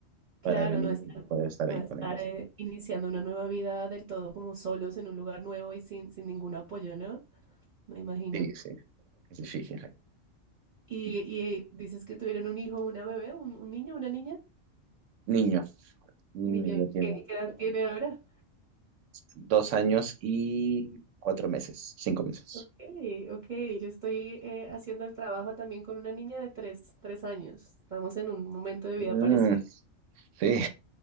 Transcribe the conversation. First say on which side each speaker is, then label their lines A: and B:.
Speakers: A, on the right; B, on the right.
A: Claro,
B: para venir
A: no estar,
B: y poder estar
A: no
B: ahí
A: estar
B: con ellas.
A: eh, iniciando una nueva vida del todo como solos en un lugar nuevo y sin, sin ningún apoyo, ¿no? Me imagino.
B: Sí, sí, es difícil.
A: Y,
B: Y
A: y dices que tuvieron un hijo, una bebé, un, un niño, una niña,
B: niño, niño
A: un niño.
B: ya tiene
A: ¿Qué, qué edad tiene ahora?
B: dos años y cuatro meses, cinco meses.
A: Okay, ok, yo estoy eh, haciendo el trabajo también con una niña de tres, tres años. Estamos en un momento de
B: Mm,
A: vida parecido.
B: sí,